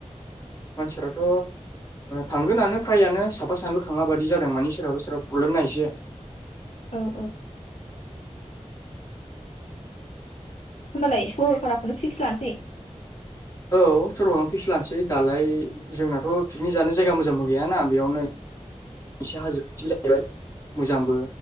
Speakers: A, on the left; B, on the left.
A: मानसिफ्राथ' थांगोनानो फ्रायानो साफा सानैल' थाङा बादि जादों मानि सोरहाबा सोरहाबा प्र ब्लेम ना एसे
B: औ‌ होमबालाय सरलपाराखौनो फिक्स लानोसै।
A: औ सरलावनो फिक्स लानोसै दालाय जोंनाथ' पिकनिक जानो जायगा मोजांबो गैयाना बेयावनो एसे हाजो खाथिबो जाहैबाय मोजांबो